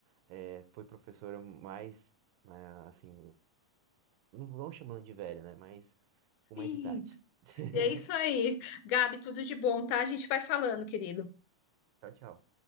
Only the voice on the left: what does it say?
Sim,
é isso aí. Gabi, tudo de bom, tá? A gente vai falando, querido.